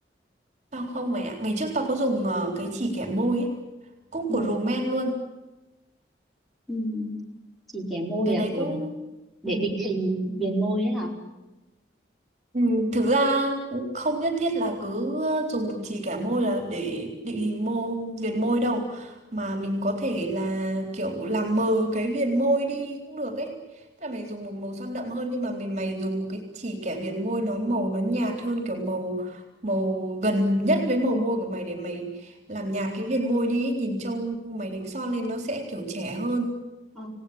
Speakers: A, on the right; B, in the centre.
A: Tao không mày ạ. Ngày trước tao có dùng ờ, cái chì kẻ môi ấy. Cũng
B: Ừ.
A: của Roman luôn.
B: Ừ. Chỉ kẻ môi
A: Cái
B: là
A: đấy
B: kiểu
A: cũng...
B: để
A: Ừ.
B: định hình viền môi ấy hả?
A: Ừ, thực ra cũng không nhất thiết là cứ dùng chỉ kẻ môi là để định hình mô viền môi đâu mà mình có thể là kiểu làm mờ cái viền môi đi cũng được ấy tức là mày dùng một màu son đậm hơn nhưng mà mình mày dùng một cái chỉ kẻ viền môi nó màu nó nhạt hơn kiểu màu màu gần nhất với màu môi của mày để mày làm nhạt cái viền môi đi ấy. Nhìn trông mày đánh son lên nó sẽ kiểu trẻ hơn
B: Ờ,